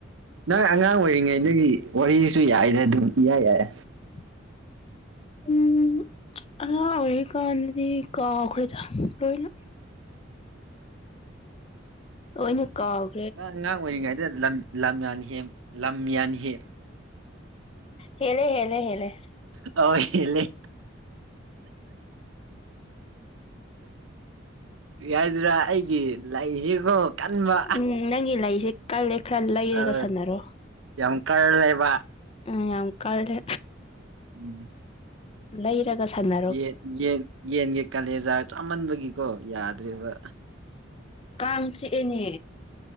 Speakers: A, on the right; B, on the left.
A: ꯅꯪ ꯑꯉꯥꯡ ꯑꯣꯏꯔꯤꯉꯩꯗꯒꯤ ꯋꯥꯔꯤꯁꯨ ꯌꯥꯏꯗ ꯑꯗꯨꯝ ꯏꯌꯥꯏ ꯌꯥꯏ
B: <inaudible> ꯎꯝ ꯑꯉꯥꯡ ꯑꯣꯏꯔꯤꯀꯥꯟꯗꯗꯤ ꯀꯥꯎꯈ꯭ꯔꯦꯗ ꯂꯣꯏꯅ ꯂꯣꯏꯅ ꯀꯥꯎ
A: ꯅꯪ ꯑꯉꯥꯡ ꯑꯣꯏꯔꯤꯉꯩꯗ ꯂꯝ ꯂꯝ ꯌꯥꯟꯍꯦꯟ ꯂꯝ ꯌꯥꯟ ꯍꯦ
B: ꯍꯦꯂꯦ ꯍꯦꯂꯦ ꯍꯦꯂꯦ
A: ꯑꯧ ꯍꯦꯜꯂꯦ ꯌꯥꯏꯗꯔꯥ ꯑꯩꯒꯤ ꯂꯩꯁꯤꯀꯣ ꯀꯟꯕ
B: ꯎꯝ ꯅꯪꯒꯤ ꯂꯩꯁꯦ ꯀꯜꯂꯦ ꯈꯔ ꯂꯩꯔꯒ
A: ꯑꯥ
B: ꯁꯥꯟꯅꯔꯣ
A: ꯌꯥꯝ ꯀꯜꯂꯦꯕ
B: ꯎꯝ ꯌꯥꯝ ꯀꯜꯂꯦ
A: ꯎꯝ
B: ꯂꯩꯔꯒ ꯁꯥꯟꯅ
A: ꯌꯦꯟ ꯌꯦꯟ ꯌꯦꯟꯒꯤ ꯀꯥꯂꯦꯖꯥꯔ ꯆꯥꯃꯟꯕꯒꯤꯀꯣ ꯌꯥꯗ꯭ꯔꯦꯕ
B: ꯀꯥꯡ ꯆꯤꯛꯑꯦꯅꯦ